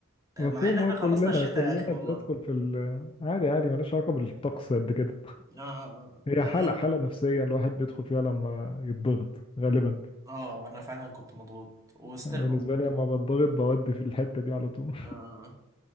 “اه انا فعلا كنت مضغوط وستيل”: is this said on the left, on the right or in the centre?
Right